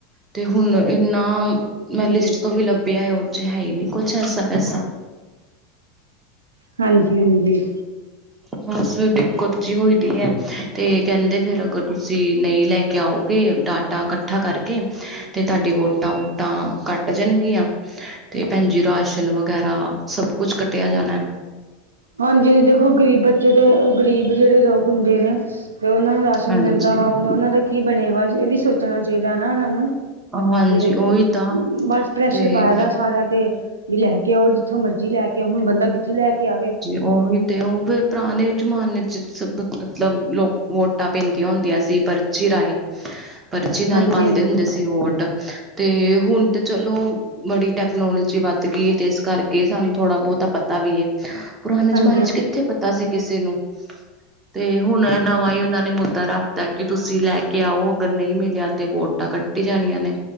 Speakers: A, on the right (about 20°); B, on the right (about 85°).
A: ਤੇ ਹੁਣ ਇੰਨਾਂ ਮੈਂ
B: ਹਾਂਜੀ
A: ਲਿਸਟ ਤੋਂ ਵੀ ਲੱਭਿਐ ਔਰਚ ਹੈ ਈ ਨੀ ਕੁਛ ਐਸਾ-ਵੈਸਾ
B: ਹਾਂਜੀ, ਹਾਂਜੀ।
A: ਬਸ ਦਿੱਕਤ ਜੀ ਹੋਈ ਦੀ ਐ ਤੇ ਕੈਂਦੇ ਫੇਰ ਅਗਰ ਤੁਸ ਤੇ ਨਈ ਲੈ ਕੇ ਆਔਗੇ ਡਾਟਾ ਕੱਠਾ ਕਰਕੇ ਤੇ ਤਾਡੀ ਵੋਟਾਂ ਵ ਟਾਂ ਕੱਟ ਜਣਗੀਆਂ ਤੇ ਭੈਣਜੀ ਰਾਸ਼ਨ ਵਗੈਰਾ ਸਭ ਕੁਛ ਕੱਟਿਆ ਜਾਣੈ।
B: ਹਾਂਜੀ-ਹਾਂਜੀ ਦੇਖੋ ਗਰੀਬ ਬੱਚੇ ਤੇ ਗਰੀਬ ਜੇੜੇ ਲੋਕ ਹੁੰਦੇ ਨੇ ਤੇ ਔਨਾਂ ਨੂੰ ਰਾਸ਼ਨ
A: ਹਾਂਜੀ
B: ਮਿਲਦਾ ਵਾ <unintelligible> ਔਨਾਂ ਦਾ ਕੀ ਬਣੇਗਾ ਅੱਜ ਐ ਵੀ ਸੋਚ ਣਾ ਚਾਹੀਦੈ ਨੈ ਔਨਾ ਨੂੰ ਤੇ
A: ਹਾਂਜੀ ਉਹੀ ਤਾਂ
B: ਬਸ ਪ੍ਰੈਸ਼ਰ
A: ਤੇ
B: ਪਾਇਆ ਦੈ ਸਾਰਿਆਂ ਤੇ ਵੀ ਲੈ ਕੇ ਆਔ, ਜਿੱਥੋਂ ਮਰਜ਼ੀ ਲੈ ਕੇ ਆਔ। ਹੁਣ ਬੰਦਾ ਕਿੱਥੋਂ ਲੈ ਕੇ ਆਵੇ
A: ਔਵੀ ਤੇ ਔ ਹੁਨ ਫਿਰ ਪਰਾਣੇ ਜਮਾਨੇ 'ਚ <unintelligible> ਮਤਲਬ ਲੋਕ ਵੋ ਟਾਂ ਪੈਂਂਦੀਆਂ ਹੁੰਦੀਆਂ ਸੀ, ਪਰਚੀ ਰਾਏ। ਪਰਚੀ ਨਾਲ
B: ਹਾਂਜੀ
A: ਪਾਂਦੇ
B: ਹਾਂਜੀ
A: ਹੁੰਦੇ ਸੀ ਤੇ ਵੋਟ, ਤੇ ਹੁਣ ਤੇ ਚਲੋ ਬੜੀ ਟੈਕਨੋਲੋਜੀ ਵੱਧ ਗਈ ਏ ਤੇ ਏਸ ਕਰਕੇ ਸਾਨੂੰ ਥੋੜ੍ਹਾ ਬਹੁਤਾ ਪਤਾ ਵੀ ਹੈ ਪੁਰਾਣੇ
B: ਹਾਂਜੀ
A: ਜਮਾਨੇ
B: ਹਾਂਜੀ
A: ਚ ਕਿੱਥੇ ਪਤਾ ਸੀ ਕਿਸੇ ਨੂੰ ਤੇ ਹੁਣ ਨਵਾਂ ਹੀ ਉਹਨਾਂ ਨੇ ਮੁੱਦਾ ਰੱਖਤਾ ਕਿ ਤੁਸੀਂ ਲੈ ਕੇ ਆਓ ਅਗਰ ਨਹੀਂ ਮਿਲਿਆ ਤੇ ਵੋਟਾਂ ਕੱਟ ਕਟ ਜਾਣੀਆਂ ਨੇ